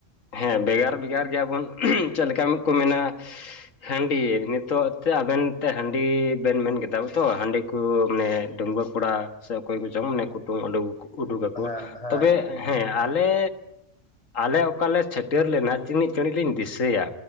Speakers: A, on the left; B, on the left.
A: ᱦᱮᱸ ᱵᱷᱮᱜᱟᱨ ᱵᱷᱮᱜᱟᱨ ᱜᱮᱭᱟᱵᱚᱱ <unintelligible> ᱪᱮᱫ ᱞᱮᱠᱟ ᱠᱚ ᱢᱮᱱᱟ ᱦᱟᱺᱰᱤ ᱱᱤᱛᱳᱜ ᱮᱛᱮ ᱟᱵᱮᱱ ᱮᱛᱮ ᱦᱟᱺᱰᱤ ᱵᱮᱱ ᱢᱮᱱ ᱠᱮᱫᱟ ᱛᱚ ᱦᱟᱺᱰᱤ ᱠᱚ ᱢᱟᱱᱮ ᱰᱟᱹᱝᱜᱩᱣᱟᱹ ᱠᱚᱲᱟ ᱥᱮ ᱚᱠᱚᱭ ᱠᱚ ᱪᱚᱝ ᱢᱟᱱᱮ ᱠᱩᱴᱩᱝ ᱩᱰᱩᱠ ᱟᱠᱚ,
B: ᱦᱮᱸ ᱦᱮᱸ
A: ᱛᱚᱵᱮ
B: ᱴᱩᱠᱩᱡ ᱠᱷᱚᱱ
A: ᱦᱮᱸ ᱟᱞᱮ ᱟᱞᱮ ᱚᱠᱟ ᱞᱮ ᱪᱷᱟᱹᱴᱭᱟᱹᱨ ᱞᱮᱱᱟ ᱛᱤᱱᱤᱜ ᱪᱟᱲᱤᱡ ᱞᱤᱧ ᱫᱤᱥᱟᱹᱭᱟ